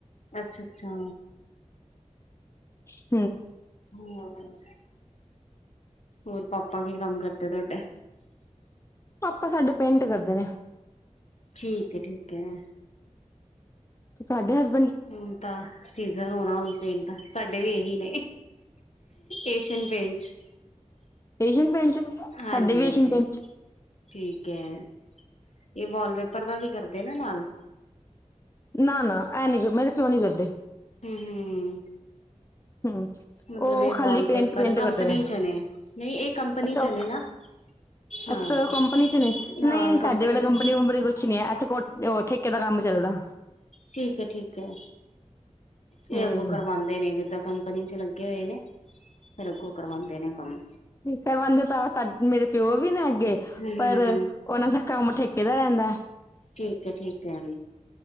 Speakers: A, on the left (about 65°); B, on the left (about 25°).
A: ਅੱਛਾ, ਅੱਛਾ।
B: ਅ <unintelligible>
A: ਹੁੰ ਹ <unintelligible> ਹੋਰ, ਪਾਪਾ ਕੀ ਕੰਮ ਕਰਦੇ ਤੁਹਾਡੇ?
B: ਪਾਪਾ ਸਾਡੇ ਪੈਂਟ ਕਰਦੇ ਨੇ।
A: ਠੀਕ ਹੈ, ਠੀਕ ਹੈ।
B: ਤੇ ਤੁਹਾਡੇ ਹੱਸ
A: ਹੁਣ ਤਾਂ ਸੀਜ਼ਨ ਹੋਣ ਹਾਂ, ਹੁਣ, ਪਿੰਤ ਸਾਡੇ ਵੀ ਇਹੀ ਨੇ। ਏਸ਼ੀਅਨ ਪੈਂਟਸ
B: ਏਸ਼ੀਅਨ ਪੇਂਟ ਚ
A: ਹਾਂਜੀ,
B: ਸਾਡੇ ਵੀ
A: ਹਾਂਜੀ
B: ਏਸ਼ੀਅਨ ਪੇਂਟ ਚ
A: ਠੀਕ ਹੈ। ਇਹ ਵਾਲਪੇਪਰ ਦਾ ਵੀ ਕਰਦੇ ਨਾ ਨਾਲ
B: ਨਾ, ਨਾ ਐ ਨੀ ਫਿਰ ਮੇਰੇ ਤੇ ਓ ਨੀ ਕਰਦੇ।
A: ਹੂੰ ਹੂੰ
B: ਹਮ
A: ਮਤਲਬ
B: ਉਹ
A: ਇਹ
B: ਖਾਲੀ
A: ਵਾਲਪੇਪਰ
B: ਪੇਂਟ ਪੇਂਟ
A: ਕੰਪਨੀ
B: ਕਰਦੇ ਨੇ।
A: ਚ ਨਹੀਂ ਇਹ ਕੰਪਨੀ
B: ਅੱਛਾ
A: ਚ ਨੇ ਨਾ ਹਾਂ
B: ਅੱਛਾ। ਕੰਪਨੀ ਚ ਨੇ?
A: ਹਾਂ
B: ਨਹੀਂ ਸਾਡੇ ਵੇਲੇ
A: ਚ
B: ਕੰਪਨੀ ਵਪਨੀ ਕੁਛ ਨੀ ਹੈ। ਇੱਥੇ ਕੋ ਠੇਕੇ ਦਾ ਕੰਮ ਚੱਲਦਾ।
A: ਠੀਕ ਹੈ ਠੀਕ ਹੈ ਇਹ
B: ਹੂੰ
A: ਅੱਗੂ ਕਰਵਾਉਂਦੇ ਨੇ ਜਿੱਦਾਂ ਕੰਪਨੀ ਚ ਲੱਗੇ ਹੋਏ ਨੇ ਫਿਰ ਅੱਗੋਂ ਕਰਵਾਉਂਦੇ ਨੇ ਕੰਮ
B: ਕਰਵਾਦੇ ਤਾਂ ਤੁ ਮੇਰੇ ਪਿਓ ਵੀ ਨਾ ਗ
A: ਹੂੰ
B: ਪਰ
A: ਹੂੰ
B: ਉਹਨਾਂ ਦਾ ਕੰਮ ਠੇਕ ਕਿਹਦਾ ਰਹਿੰਦਾ
A: ਠੀਕ ਹੈ ਠੀਕ ਹੈ